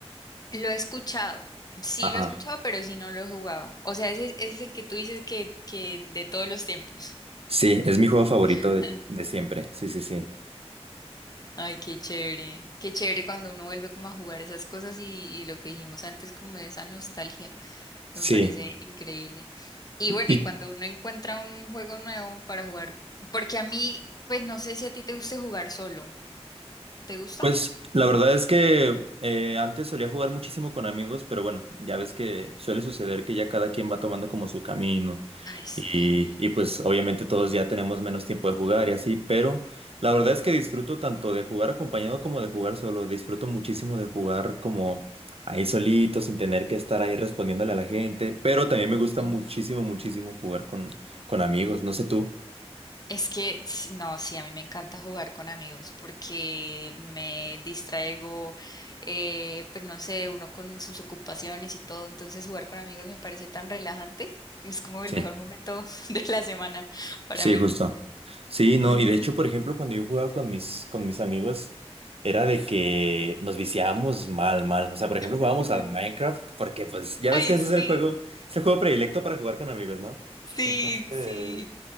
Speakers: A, on the left (about 35°); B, on the right (about 60°).
A: lo he escuchado, sí
B: Ajá.
A: lo he escuchado, pero sí no lo he jugado. O sea, ese, ese es el que tú dices que, que de todos los tiempos.
B: Sí, es mi juego favorito
A: <laughs>
B: de, de siempre. Sí, sí, sí.
A: Ay, qué chévere, qué chévere cuando uno vuelve como a jugar esas cosas y, y lo que dijimos antes, como esa nostalgia.
B: Sí.
A: Me parece increíble. Y bueno,
B: ¿Y
A: y cuando uno encuentra un juego nuevo para jugar, porque a mí, pues no sé si a ti te guste jugar solo. ¿Te gusta?
B: Pues la verdad es que eh, antes solía jugar muchísimo con amigos, pero bueno, ya ves que suele suceder que ya cada quien va tomando como su camino
A: Ay, sí.
B: y, y pues obviamente todos ya tenemos menos tiempo de jugar y así, pero la verdad es que disfruto tanto de jugar acompañado como de jugar solo, disfruto muchísimo de jugar como ahí solito, sin tener que estar ahí respondiéndole a la gente, pero también
A: Ujú.
B: me gusta muchísimo, muchísimo jugar con, con amigos, no sé tú.
A: Es que s- no, sí, a mí me encanta jugar con amigos porque me distraigo, eh, pues no sé, uno con sus ocupaciones y todo, entonces jugar con amigos me parece tan relajante, es como
B: Sí.
A: el mejor momento <laughs> de la semana para
B: Sí,
A: mí.
B: justo. Sí, no,
A: Ujú.
B: y de hecho, por ejemplo, cuando yo jugaba con mis, con mis amigos, era de que nos viciábamos mal, mal. O sea, por ejemplo, jugábamos
A: <laughs>
B: al Minecraft, porque pues ya
A: Ay,
B: ves que ese
A: sí,
B: es el juego, es el juego predilecto para jugar con amigos, ¿no?
A: sí,
B: Entonces,
A: sí.